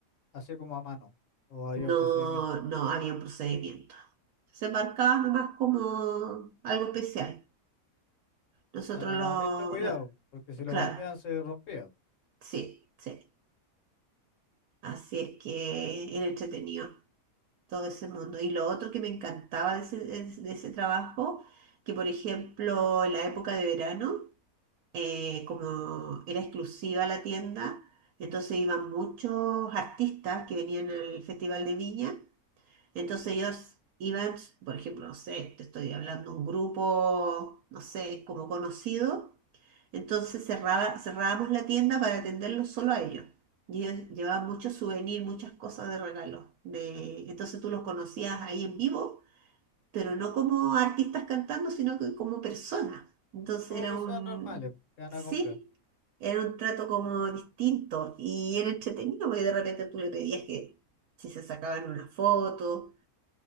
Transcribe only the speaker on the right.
No,
no había un procedimiento. Se marcaba nomás como algo especial. Nosotros
lo,
lo-
claro,
sí, sí. Así es que era entretenido todo ese mundo. Y lo otro que me encantaba de ese, de ese trabajo, que por ejemplo en la época de verano, eh, como era exclusiva la tienda, entonces iban muchos artistas que venían al Festival de Viña Entonces ellos iban, por ejemplo, no sé, te estoy hablando un grupo, no sé, como conocido, entonces cerraba, cerrábamos la tienda para atenderlos solo a ellos. Y ellos llevaban muchos souvenirs, muchas cosas de regalo. De... Entonces tú los conocías ahí en vivo, pero no como artistas cantando, sino que como personas. Entonces
era
un,
sí,
era un trato como distinto y era entretenido, porque de repente tú le pedías que si se sacaban una foto